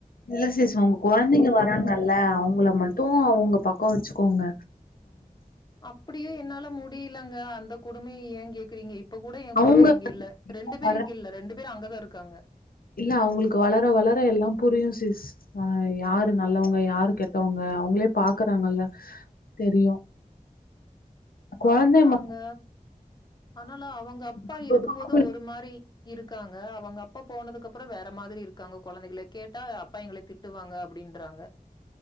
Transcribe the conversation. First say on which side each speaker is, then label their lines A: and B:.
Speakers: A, on the left; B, on the left.
A: இல்ல சிஸ் உங்க கொழந்தைங்க வராங்கல்ல அவுங்கள மட்டு அ உங்க பக்கோ வச்சு கோங்க
B: அப்டியு என்னால முடியலங்க அந்த கொடுமைய ஏ கேக்குறீங்க இப்ப கூட என்
A: அவங்க
B: கொழந்தை இங்க இல்ல ரெண்டு பேரு
A: வர
B: இங்க இல்ல ரெண்டு பேரு அங்கதா இருக்காங்க
A: இல்ல அவுங்களுக்கு வளர வளர எல்லா புரியு சிஸ் ஆ யாரு நல்லவாங்க யாரு கெட்டவாங்க அவுங்களே பாக்குறாங்கல்ல தெரியு
B: பாக்குறாங்க
A: கொழந்தை ம
B: ஆனாலு அவுங்க அப்பா
A: பா-
B: இருக்கு போது ஒரு மாரி இருக் காங்க அவுங்க அப்ப போனதுக்கு அப்றோ வேற மாரி இருக் காங்க கொழந்தைகளே கேட்டா அப்பா எங்கள திட்டுவாங்க அப்டின்றாங்க